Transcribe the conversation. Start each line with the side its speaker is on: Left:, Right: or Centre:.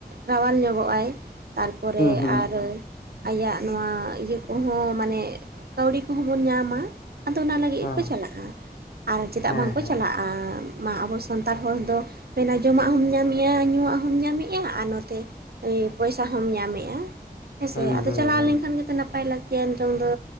Right: ᱨᱟᱣᱟᱞ ᱧᱚᱜᱚᱜᱼᱟᱭ᱾ ᱛᱟᱨᱯᱚᱨᱮ
Left: ᱦᱩᱸ ᱦᱩᱸ
Right: ᱟᱨ ᱟᱭᱟᱜ ᱱᱚᱣᱟ ᱤᱭᱟᱹ ᱠᱚᱦᱚᱸ ᱢᱟᱱᱮ ᱮᱸᱜ ᱠᱟᱹᱣᱰᱤ ᱠᱚᱦᱚᱸ ᱵᱚᱱ ᱧᱟᱢᱟ᱾ ᱟᱫᱚ ᱚᱱᱟ ᱞᱟᱹᱜᱤᱫ
Left: ᱦᱩᱸ
Right: ᱜᱮᱠᱚ ᱪᱟᱞᱟᱜᱼᱟ ᱟᱨ ᱪᱮᱫᱟᱜ
Left: ᱦᱮᱸ
Right: ᱵᱟᱝᱠᱚ
Left: ᱦᱮᱸ
Right: ᱪᱟᱞᱟᱜᱼᱟ ᱢᱟ ᱟᱵᱚ ᱥᱟᱱᱛᱟᱲ ᱦᱚᱲ ᱫᱚ ᱢᱮᱱᱟ ᱡᱚᱢᱟᱜ ᱦᱚᱸᱢ ᱧᱟᱢᱮᱜᱼᱟ ᱧᱩᱣᱟᱜ ᱦᱚᱸᱢ ᱧᱟᱢᱮᱫᱼᱟ ᱟᱨ ᱱᱚᱛᱮ ᱮᱸ ᱯᱚᱭᱥᱟ ᱦᱚᱢ ᱧᱟᱢᱮᱜᱼᱟ᱾ ᱦᱮᱸᱥᱮ
Left: ᱦᱩᱸ
Right: ᱟᱫᱚ
Left: ᱦᱩᱸ
Right: ᱪᱟᱞᱟᱣ
Left: ᱦᱩᱸ
Right: ᱞᱮᱱᱠᱷᱟᱱ ᱜᱮᱛᱚ ᱱᱟᱯᱟᱭ ᱞᱟᱹᱠᱛᱤᱜᱼᱟ ᱱᱤᱛᱚᱝ ᱫᱚ